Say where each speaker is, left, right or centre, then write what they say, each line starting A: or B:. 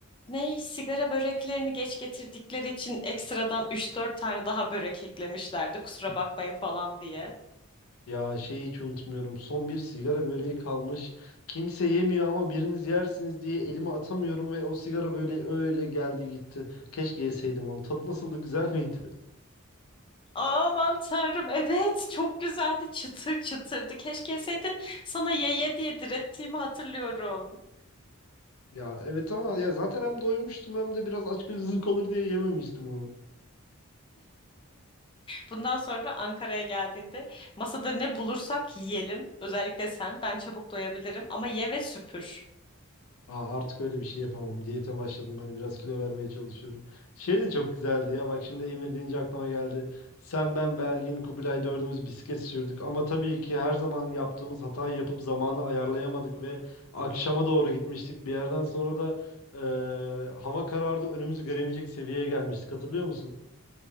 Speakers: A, on the left; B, on the left.
A: ne sigara böreklerini geç getirdikleri için ekstradan üç dört tane daha börek eklemişlerdi kusura bakmayın falan diye.
B: Ya şeyi hiç unutmuyorum. Son bir sigara böreği kalmış. Kimse yemiyor ama biriniz yersiniz diye elime atamıyorum ve o sigara böyle öyle geldi gitti. Keşke yeseydim onu. Tadı nasıldı, güzel miydi? <laughs>
A: Aman tanrım evet çok güzeldi çıtır çıtırdı. Keşke yeseydin sana ye ye diye direttiğimi hatırlıyorum.
B: Ya evet ama ya zaten hem doymuştum hem de biraz açgözlülük olur diye yememiştim onu.
A: Bundan sonra Ankara'ya geldiğinde masada ne bulursak yiyelim. Özellikle sen. Ben çabuk doyabilirim ama ye ve süpür.
B: Aa, artık öyle bir şey yapamam. Diyete başladım. Hani biraz kilo vermeye çalışıyorum. Şey de çok güzeldi ya. Bak şimdi Emir deyince aklıma geldi. Sen, ben, Belgin, Kubilay dördümüz bisiklet sürdük. Ama tabii ki her zaman yaptığımız hatayı yapıp zamanı ayarlayamadık ve akşama doğru gitmiştik. Bir yerden sonra da eee, hava karardı. Önümüzü göremeyecek seviyeye gelmiştik. Hatırlıyor musun?